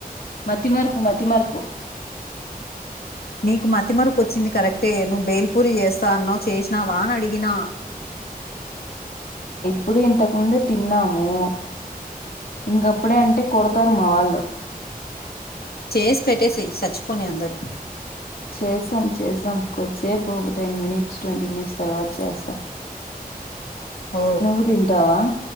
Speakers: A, on the left; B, on the left.
A: మతిమారుపు మతిమారుపు
B: నీకు మతిమరుపు కొచ్చింది కరెక్టే నువ్వు బేల్పూరి చేస్తాన్నావ్ చేసినావానీ అడిగిన
A: ఇప్పుడు ఇంతకుముందే తిన్నాము. ఇంకప్పుడే అంటే కొడతారు మా వాళ్ళు
B: చేసి పెట్టేసేయ్ సచ్చిపోని అందరు
A: చేస్సాం చేస్సాం కొద్దిసేపు ఒక టెన్ మినిట్స్ ట్వంటీ మినిట్స్ తర్వాత చేస్తా.
B: ఓ
A: నువ్వు తింటావా